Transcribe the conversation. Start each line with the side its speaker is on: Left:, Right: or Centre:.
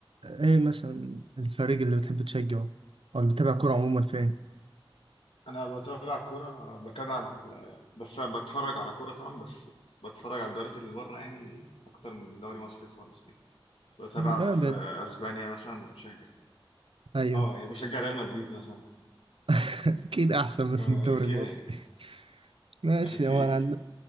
Right: ايه مثلا الفريق اللي بتحب تشجعه او اللي بتابع كورة عموما فين
Left: انا بتابع كوره بتابع ال- بس أنا بتفرج على كوره طبعا بس بتفرج على الدوريات اللي بره يعني اكتر من دوري مصري خالص يعني بتابع
Right: ما
Left: في
Right: بد
Left: اسبانيا مثلا بشجع
Right: ايوه
Left: اه يعني بشجع ريال مدريد مثلا
Right: <laughs> اكيد احسن من
Left: آه
Right: الدوري
Left: كده
Right: المصري
Left: يعني
Right: ماشي
Left: اكيد
Right: هو انا عن,